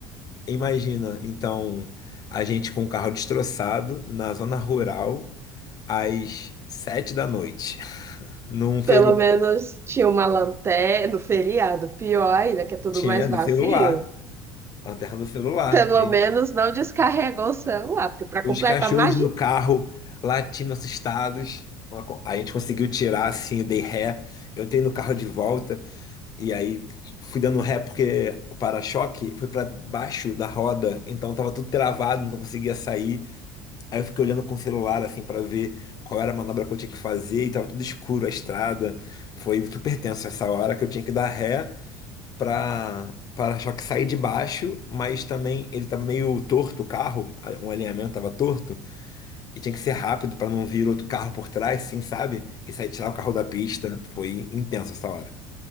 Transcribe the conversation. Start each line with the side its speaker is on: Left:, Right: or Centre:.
Left: Imagina, então, a gente com o carro destroçado na zona rural às sete da noite, <laughs> num feriado.
Right: pelo menos tinha uma lanterna no feriado. Pior ainda, que é tudo
Left: Tinha
Right: mais vazio.
Left: do celular, na terra do celular.
Right: Pelo
Left: Aí,
Right: menos não descarregou o celular, porque para
Left: os
Right: completar,
Left: cachorros
Right: imagina.
Left: no carro latindo, assustados. Uma co- A gente conseguiu tirar assim, eu dei ré. Eu entrei no carro de volta e aí fui dando ré porque o para-choque foi para baixo da roda, então tava tudo travado, não conseguia sair. Aí eu fiquei olhando com o celular, assim, pra ver qual era a manobra que eu tinha que fazer, e tava tudo escuro, a estrada. Foi super tenso essa hora que eu tinha que dar ré pra para-choque sair de baixo, mas também ele tava meio torto o carro, a- um alinhamento tava torto, e tinha que ser rápido pra não vir outro carro por trás, assim, sabe? E sair tirar o carro da pista. Foi intenso essa hora.